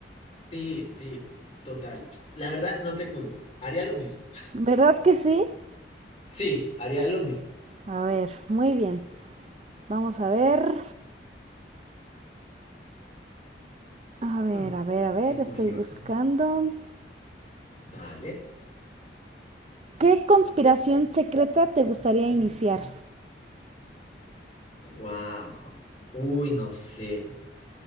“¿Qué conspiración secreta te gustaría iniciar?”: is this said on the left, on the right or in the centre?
Right